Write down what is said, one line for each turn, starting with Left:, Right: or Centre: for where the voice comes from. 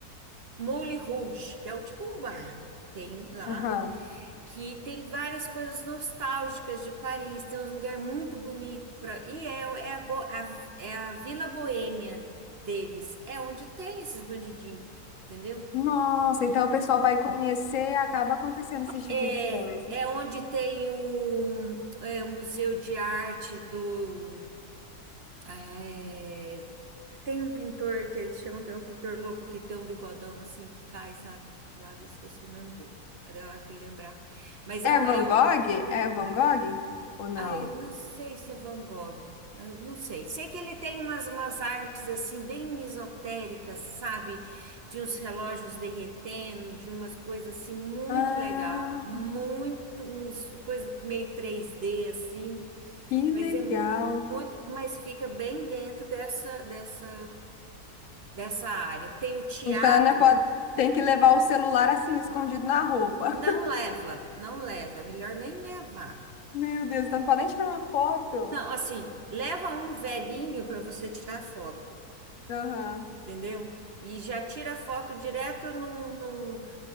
Right: Moulin Rouge, que é o tipo um bairro que tem lá,
Left: Aham.
Right: que tem várias coisas nostálgicas de Paris, tem uns lugares muito bonitos para e é, é, a, bo- a- é a Vila Boêmia deles, é onde tem esses bandidinhos, entendeu?
Left: Nossa, então o pessoal vai conhecer e acaba acontecendo esse tipo
Right: É,
Left: de coisa.
Right: é onde tem o, é, o Museu de Arte do. é, tem um pintor que eles chamam que é um pintor louco, que tem um bigodão assim que cai, sabe, dos lados, eu esqueci o nome dele. É da hora que lembrar. Mas
Left: É
Right: é um,
Left: Van
Right: é, um,
Left: Gogh? É Van Gogh? Ou não?
Right: Ai, não sei se é Van Gogh, eu não sei. Sei que ele tem umas, umas artes assim bem misotéricas, sabe? De uns relógios derretendo, de umas coisas assim muito
Left: Ah.
Right: legal, muito, uns coisa meio três d assim,
Left: Que
Right: mas
Left: legal.
Right: é muito, mas fica bem dentro dessa dessa dessa área. Tem o teatro,
Left: Então, né, pode... tem que levar o celular assim, escondido na roupa.
Right: não leva, não leva, é melhor nem levar.
Left: <laughs> Meu Deus, então não pode nem tirar uma foto.
Right: Não, assim, leva um velhinho para você tirar foto.
Left: Aham,
Right: entendeu? E já tira a foto direto num, num,